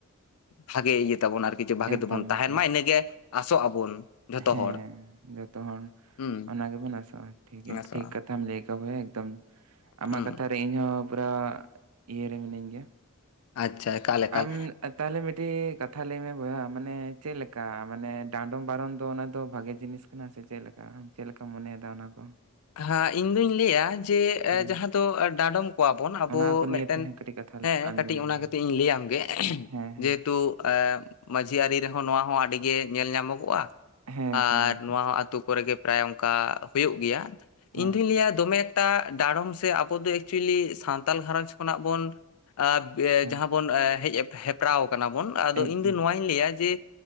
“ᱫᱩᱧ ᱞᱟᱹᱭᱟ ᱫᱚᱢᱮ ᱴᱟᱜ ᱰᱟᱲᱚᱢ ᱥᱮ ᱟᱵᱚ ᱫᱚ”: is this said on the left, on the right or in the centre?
Left